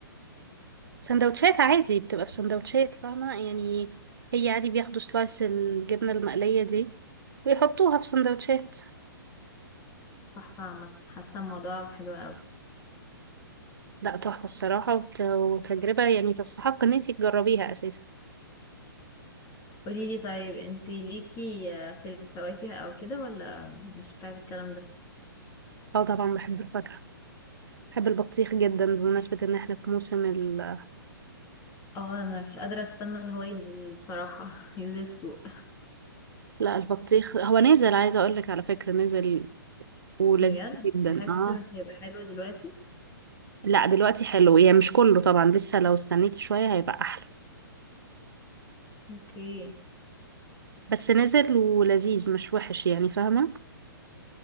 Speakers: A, on the right; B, on the left.
A: سندوتشات عادي بتبقى في سندوتشات فاهمة يعني هي عادي بياخدوا سلايس الجبنة المقلية دي ويحطوها في سندوتشات
B: تحفة عامة حاسة الموضوع حلو قوي
A: لا تحفة الصراحة وت- وتجربة يعني تستحق ان انتي تجربيها اساسا
B: قوليلي طيب انتي ليكي في الفواكه او كده ولا مش بتاعت الكلام ده
A: اه طبعا بحب الفاكهة بحب البطيخ جدا بمناسبة ان احنا في موسم ال...
B: اه انا مش قادرة استنى ان هو ينزل بصراحة <laughs> ينزل السوق
A: لا البطيخ هو نزل عايزة اقول لك على فكرة نزل ولذيذ
B: بجد
A: جدا
B: بحس
A: اه
B: مش هيبقى حلو دلوقتي
A: لا دلوقتي حلو يعني مش كله طبعا لسه لو استنيت شوية هيبقى احلى
B: اوكي
A: بس نزل ولذيذ مش وحش يعني فاهمة